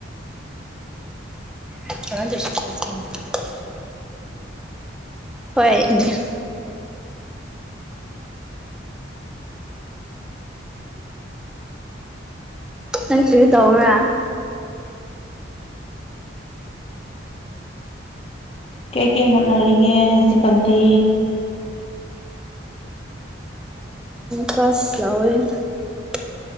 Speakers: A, in the centre; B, on the left.
A: ꯑꯁꯤ <unintelligible> <inaudible> ꯍꯣꯏ ꯏ <inaudible> ꯅꯪꯛꯇꯔꯤ ꯇꯧꯕ꯭ꯔꯥ
B: ꯀꯩ ꯀꯩ ꯍꯣꯠꯅꯔꯤꯒꯦ ꯆꯤꯀꯟꯗꯤ
A: ꯀꯥꯁ ꯂꯑꯣ <unintelligible> <inaudible>